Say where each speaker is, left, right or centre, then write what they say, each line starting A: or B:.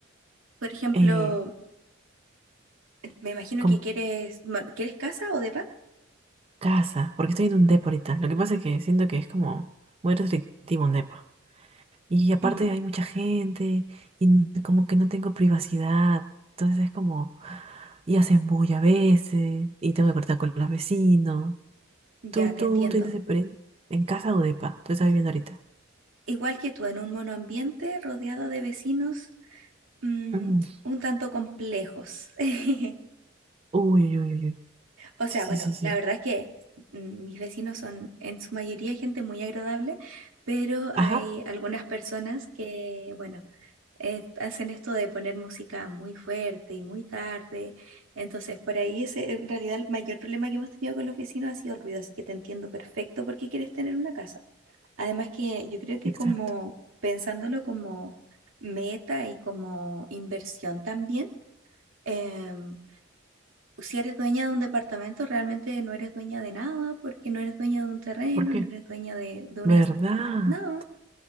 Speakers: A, on the right; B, on the right.
A: Por ejemplo,
B: Eh,
A: me imagino
B: Como
A: que quieres, bueno, ¿quieres casa o depa?
B: casa, porque estoy en un depa ahorita. Lo que pasa es que siento que es como muy restrictivo un depa. Y aparte
A: Mm,
B: hay mucha gente y n- como que no tengo privacidad. Entonces es como, y hacen bulla a veces y tengo que cortar con los vecinos.
A: ya,
B: ¿Tú,
A: te
B: tú
A: entiendo.
B: tienes experiencia en casa o depa? Tú estás viviendo ahorita.
A: Igual que tú, en un monoambiente rodeado de vecinos, mm,
B: Mm.
A: un tanto complejos. <laughs>
B: Uy, uy, uy, uy. uy.
A: O sea,
B: Sí,
A: bueno,
B: sí, sí, sí.
A: la verdad es que mm, mis vecinos son en su mayoría gente muy agradable, pero
B: Ajá,
A: hay algunas personas que, bueno, eh, hacen esto de poner música muy fuerte y muy tarde. Entonces, por ahí ese, en realidad el mayor problema que hemos tenido con los vecinos ha sido el ruido, así que te entiendo perfecto por qué quieres tener una casa. Además que yo creo que
B: exacto.
A: como pensándolo como meta y como inversión también. em, si eres dueña de un departamento, realmente no eres dueña de nada, porque no eres dueña de un terreno,
B: ¿Por qué?
A: no eres dueña de, de una
B: ¿Verdad?
A: ins- nada.